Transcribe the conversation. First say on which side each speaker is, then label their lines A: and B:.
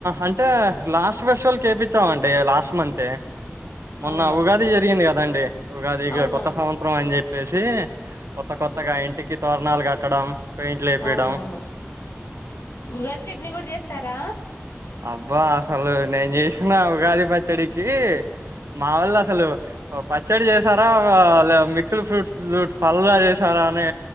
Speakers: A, on the right; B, on the left.
A: అంటే లాస్ట్ ఫెస్టవ్ల్కి ఎపిచ్చామండి లాస్ట్ మంతే మొన్న
B: అవునా
A: ఉగాది జరిగింది కదండి ఉగాదిగ
B: అవునవును
A: కొత్త సంవత్సరం అని చెప్పేస్ దీ కొత్త కొత్తగా ఇంటికి తోర్ణాలు కట్టడం పెయింట్లు ఏపీయడం
B: అవునవును ఉగాద్ చట్నీ గుడ చేస్తారా
A: అబ్ బ్భా అసలు నేన్ చేశ్న ఉగాది పచ్చడికీ మా వల్ళ అసలు పచ్చడి చేసారా లే మిక్స్డ్ ఫ్రూట్ ఫ్రూట్ పల్డా చేసారా అని